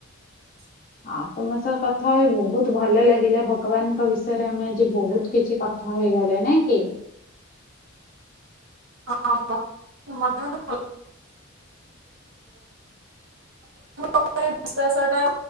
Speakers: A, on the right (about 70°); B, on the left (about 40°).
A: <inaudible>
B: ହଁ ତମ ସହ କଥା ହେଇ ବହୁତ ଭଲ ଲାଗିଲା ଭଗବାନଙ୍କ ବିଷୟରେ ଆମେ ଆଜି ବହୁତ କିଛି କଥା ହେଇଗଲେ ନାଇଁ କି?
A: <unintelligible> ଭଗବାନଙ୍କ ଉପରେ ବିଶ୍ୱାସ ଟା